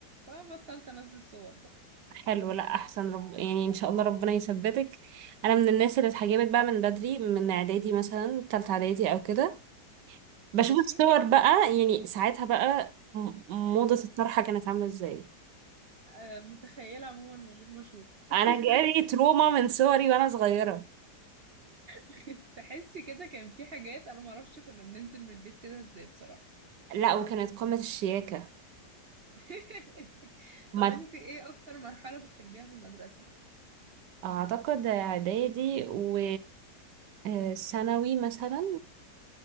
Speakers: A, on the right; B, on the right.
A: وبطلت انزل صور بقى
B: حلو لا احسن رب... يعني ان شاء الله ربنا يثبتك انا من الناس اللي اتحجبت بقى من بدري من اعدادي مثلا تالتة اعدادي او كده بشوف
A: ماشي
B: الصور بقى يعني ساعتها بقى م- موضة الطرحة كانت عاملة ازاي
A: آه، متخيله عموما من غير ما اشوف <laughs>
B: انا جالي تروما من صوري وانا صغيرة
A: <laughs> تحسي كده كان في حاجات انا معرفش كنا بننزل من البيت كده ازاي بصراحة
B: لا وكانت قمة الشياكة
A: <laughs>
B: ما
A: طب انت ايه اكتر مرحلة بتحبيها في المدرسة
B: اعتقد اعدادي و آه، ثانوي مثلا